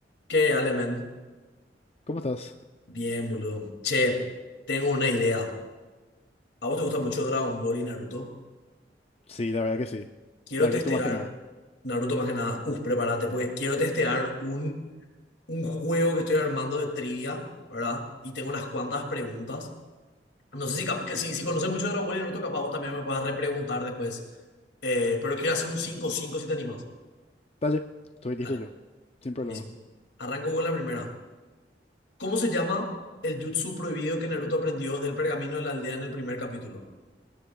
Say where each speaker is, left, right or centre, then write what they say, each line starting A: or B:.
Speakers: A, on the left; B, on the left.
A: ¿Qué, Alemen?
B: ¿Cómo estás?
A: Bien, boludo. Che, tengo una idea. ¿A vos te gusta mucho Dragon Ball y Naruto?
B: Sí, la verdad que sí.
A: Quiero
B: Naruto
A: testear,
B: más que nada.
A: Naruto más que nada, uf, prepárate, porque quiero testear un, un juego que estoy armando de trivia, ¿verdad? Y tengo unas cuantas preguntas. No sé si, cap- que si, si conoces mucho Dragon Ball y Naruto, capaz vos también me puedas repreguntar después. Eh, pero quiero hacer un cinco cinco si te animas.
B: Dale, estoy
A: Dale,
B: listo yo. Sin problema.
A: buenísimo. Arranco con la primera. ¿Cómo se llama el jutsu prohibido que Naruto aprendió del pergamino de la aldea en el primer capítulo?